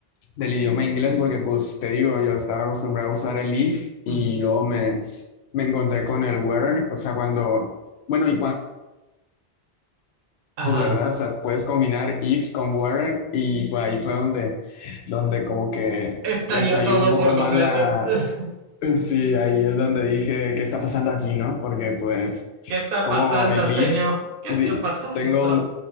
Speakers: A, on the left (about 85°); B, on the right (about 65°).
A: del idioma inglés porque pues te digo, yo estaba acostumbrado a usar el if y
B: ujú,
A: luego me, me encontré con el where, o sea, cuando, bueno, y cuando,
B: Ajá.
A: ¿verdad? O sea, puedes combinar if con where y pues ahí fue donde, donde como que
B: Estalló
A: estalló
B: todo
A: un poco
B: por
A: más
B: completo.
A: la,
B: <laughs>
A: sí, ahí es donde dije, ¿qué está pasando aquí, no? Porque pues
B: ¿Qué está
A: como
B: pasando,
A: el
B: señor?
A: if,
B: ¿Qué
A: sí,
B: está pasando?
A: tengo,